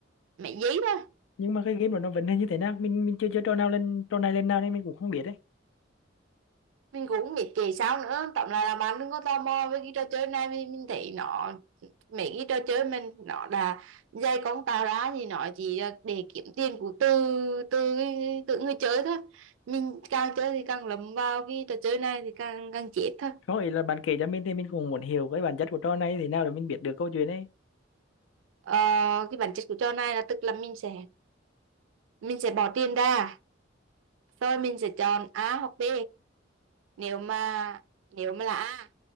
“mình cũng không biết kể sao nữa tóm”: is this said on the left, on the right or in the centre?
Right